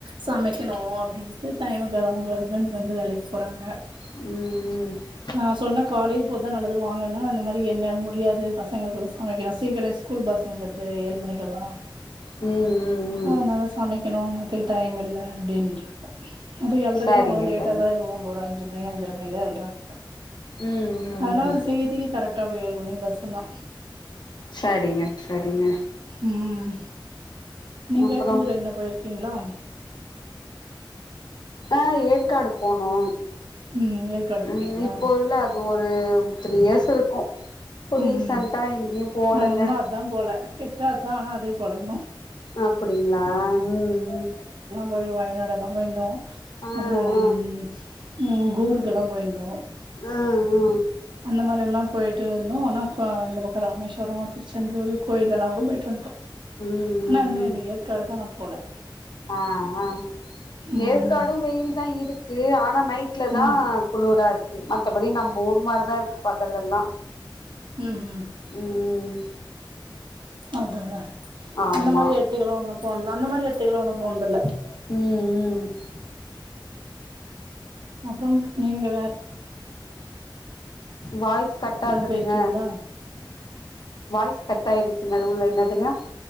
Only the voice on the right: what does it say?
சமைக்கணும் அப்டின்ட்டு டைமுக்கு அவுங்க ஹஸ்பண்ட் வந்து வேலைக்கு போறாங்க
நா சொன்னே காலையில போறதுதா நல்லது வாங்கன்னு அந்த மாரி என்னால முடியாது பசங்களுக்குலா சமைக்கினு சீக்கிரோ ஸ்கூல் பஸ் வந்துருது ஏழு மணிக்கெல்லா
அதனால சமைக்கணு அந்நேரத்துக்கு டைம் இல்ல அப்டின்றாங் அது எழுறதே
அவங்கள்லா லேட்டாதா
எழுவாங்க ஒரு அஞ்சு மணி அஞ்சர மணிதா எழுறாங்க
அதனால
செய்யிறதுக்கே கரெக்டாக்கு ஏழு மணி பஸ்னா
ம் நீங்க
டூர் எங்கனா போயிருக்கீங்ளா
ம் ஏற்காடு
போனீங்களா
ம்
ம்
நா உன்னு அதா போல கிட்ட அதா ஆனா அதே போல இன்னு
போயிட்டு வயநாடு எல்லா போயிருந்தோ
அப்பறோ
ம், ம் ஊருக்கு எல்லா போயிருந்தோ
அந்த மாரி எல்லா போயிட்டு இருந்தோ ஆனா ப இந்த பக்கோ ராமேஸ்வரம் திருச்செந்தூரு கோயில் எல்லா கூட போயிட்டு வந்துட்டோ
ஆனா இன்னு
இந்த ஏற்காடுதா நா போல
ம்
ம்
ம் ம்
அதா அதா
அந்த மாரி எடத்துக்குலா இன்னு போன அந்த மாரி எடத்துக்லா இன்னு போனது இல்ல
அப்பறோ நீங்க வேற
எங்கயாவது
போயிருக்கீங்களா